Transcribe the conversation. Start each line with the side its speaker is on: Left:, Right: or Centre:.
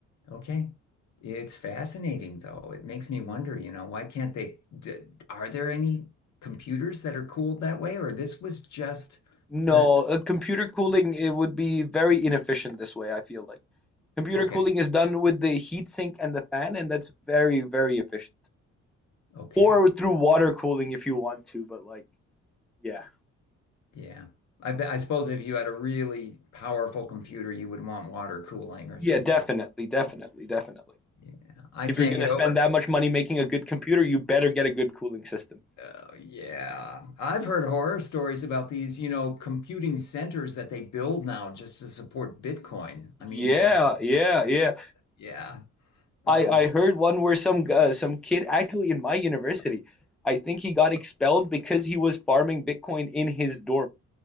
Left: Okay, it's fascinating though. It makes me wonder, you know, why can't they? D are there any computers that are cooled that way, or this was just
Centre: No,
Left: to?
Centre: uh, computer cooling it would be very inefficient this way, I feel like. Computer
Left: Okay,
Centre: cooling is done with the heat sink and the fan, and that's very, very efficient.
Left: okay,
Centre: or through water cooling if you want to, but like, yeah.
Left: yeah. I bet, I suppose if you had a really powerful computer, you would want water cooling or
Centre: Yeah,
Left: something.
Centre: definitely, definitely, definitely.
Left: Yeah, I
Centre: If
Left: can't
Centre: you're gonna
Left: get
Centre: spend
Left: over.
Centre: that much money making a good computer, you better get a good cooling system.
Left: Oh, yeah. I've heard horror stories about these, you know, computing centers that they build now just to support Bitcoin. I mean,
Centre: Yeah,
Left: you know,
Centre: yeah, yeah.
Left: yeah. Oh,
Centre: I I heard one where some uh, some kid actually in my university, I think he got expelled because he was farming Bitcoin in his dorm.